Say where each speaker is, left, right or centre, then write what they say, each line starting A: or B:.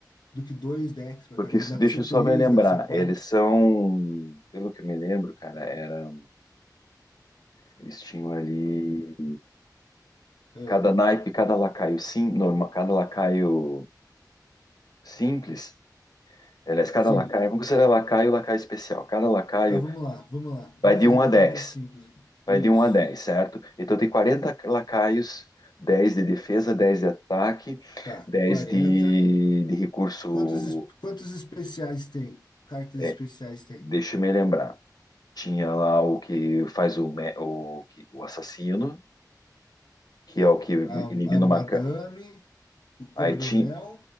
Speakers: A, on the left; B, on the left.
A: do que dois decks pra
B: porque
A: cada
B: isso-
A: um. Dá
B: deixa
A: pra ser
B: eu
A: três,
B: só me lembrar,
A: dá pra ser quatro.
B: eles são, pelo que eu me lembro, cara, era, eles tinham ali
A: É,
B: cada naipe, cada lacaio sim, normal, cada lacaio simples, aliás, cada
A: sim.
B: lacaio, vamos considerar lacaio, lacaio especial. Cada lacaio
A: Tá, vamos lá, vamos lá. Vamos
B: vai de
A: fazer
B: um
A: uma
B: a dez,
A: conta simples. aqui.
B: vai
A: Isso.
B: de um a 10, certo? Então tem 40 lacaios, 10 de defesa, 10 de ataque,
A: Tá,
B: 10
A: quarenta
B: de, de recurso,
A: Quantos, es- quantos especiais tem? Cartas
B: é,
A: especiais tem?
B: deixa eu me lembrar. Tinha lá o que faz o, me- o, que- o assassino, que é o que
A: A,
B: elimina
A: a
B: uma.
A: Madame,
B: ca-
A: o
B: Aí
A: Coronel.
B: tinha,